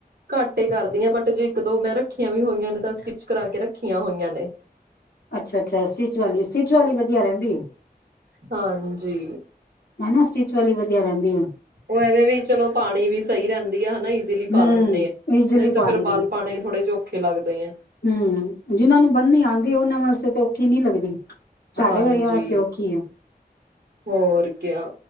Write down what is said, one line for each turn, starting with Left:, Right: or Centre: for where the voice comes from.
Right: ਘੱਟ ਹੀ ਕਰਦੀ ਆ ਬਟ ਜੇ ਇੱਕ ਦੋ ਮੈਂ ਰੱਖੀਆਂ ਵੀ ਹੋਈਆਂ ਨੇ ਤਾਂ ਸਟਿੱਚ ਕਰਾ ਕੇ ਰੱਖੀਆਂ ਹੋਈਆਂ ਨੇ।
Left: ਅੱਛਾ ਅੱਛਾ ਸਟਿਚ ਵਾਲੀ ਸਟਿਚ ਵਾਲੀ ਵਧੀਆ ਰਹਿੰਦੀ ਏ।
Right: ਹਾਂਜੀ
Left: ਹਨਾ ਸਟਿਚ ਵਾਲੀ ਵਧੀਆ ਰਹਿੰਦੀ ਆ <inaudible>
Right: ਉਹ ਐਵੇਂ ਵੀ ਚਲੋ ਪਾਣੀ ਵੀ ਸਹੀ ਰਹਿੰਦੀ ਆ ਨਹੀਂ ਈਜ਼ੀਲੀ ਪਾ
Left: ਹਮ
Right: ਲੈਂਦੇ,
Left: ਇਜ਼ਲੀ
Right: ਨਹੀਂ ਤਾਂ
Left: ਪਾ
Right: ਫੇਿਰ
Left: ਲਈ ਦੀ
Right: ਬਾਲ ਪਾਣੇ ਥੋੜੇ ਜਿਹੇ ਓ <unintelligible> ਖੇ ਲੱਗਦੇ ਏਂ
Left: ਹਮ ਜਿਹਨਾਂ ਨੂੰ ਬੰਨ੍ਹਨੀ ਆਉਂਦੀ ਉਹਨਾਂ ਵਾਸਤੇ ਤੇ ਔਖੀ ਨਹੀਂ ਲੱਗਦੀ ਸਾਢੇ
Right: ਹਾਂਜੀ
Left: ਵਰਗਿਆਂ ਵਾਸਤੇ ਔਖੀ ਆ
Right: ਹੋਰ ਕਿਆ